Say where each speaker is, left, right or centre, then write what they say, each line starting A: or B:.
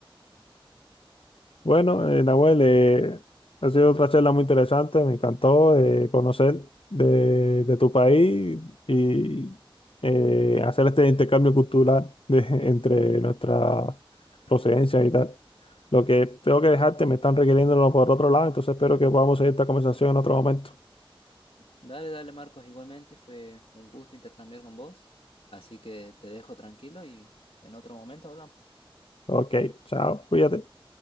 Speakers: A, on the left; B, on the left.
A: Bueno, eh, Nahuel, eh, ha sido otra charla muy interesante, me encantó eh, conocer de, de tu país y eh, hacer este intercambio cultural de- <laughs> entre nuestras procedencias y tal. Lo que tengo que dejarte, me están requiriéndolo por otro lado, entonces espero que podamos seguir esta conversación en otro momento.
B: dale, dale, Marcos, igualmente fue un gusto intercambiar con vos. Así que te dejo tranquilo y en otro momento hablamos.
A: Ok, chao, cuídate.